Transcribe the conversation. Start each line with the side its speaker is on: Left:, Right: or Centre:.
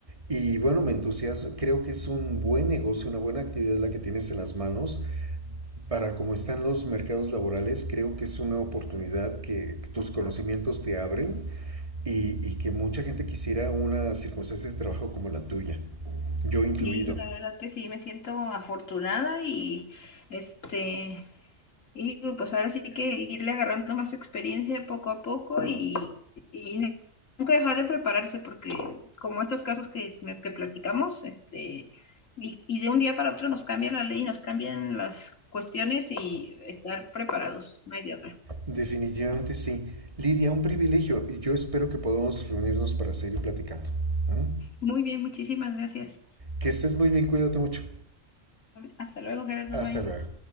Right: y bueno, me entusiasma, creo que es un buen negocio, una buena actividad la que tienes en las manos. Para cómo están los mercados laborales, creo que es una oportunidad que tus conocimientos te abren y, y que mucha gente quisiera una circunstancia de trabajo como la tuya, yo incluido.
Left: Sí, la verdad es que sí, me siento afortunada y este Y pues ahora sí que irle agarrando más experiencia poco a poco y, y nunca dejar de prepararse porque como estos casos que, que platicamos, este, y, y, de un día para otro nos cambia la ley, nos cambian las cuestiones y estar preparados, no hay de otra.
Right: Definitivamente sí. Lidia, un privilegio. Yo espero que podamos reunirnos para seguir platicando. ¿Mm?
Left: Muy bien, muchísimas gracias.
Right: Que estés muy bien, cuídate mucho.
Left: Hasta luego, Gerardo.
Right: Hasta
Left: Bye.
Right: luego.